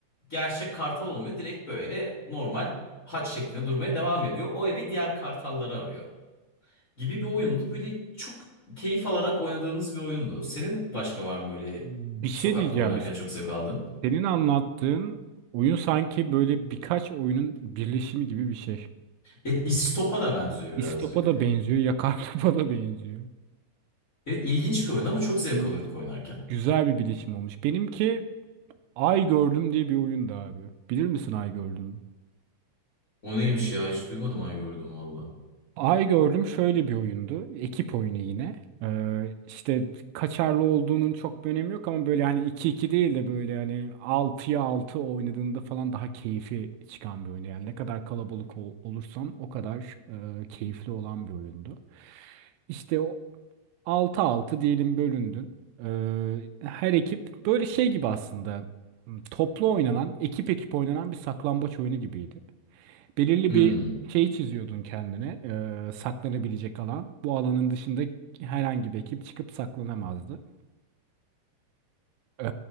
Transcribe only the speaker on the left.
gerçek kartal olmuyor. Direkt böyle normal haç şeklinde durmaya devam ediyor. O ebe diğer kartalları arıyor gibi bir oyundu. Böyle çok keyif alarak oynadığımız bir oyundu. Senin başka var mı böyle
sokakta
oynarken çok zevk aldığın?
E, İstop'a da benziyor
birazcık.
Evet ilginç bir oyun ama çok zevk
alıyorduk oynarken.
O neymiş ya hiç duymadım ay gördüm valla.
Hmm.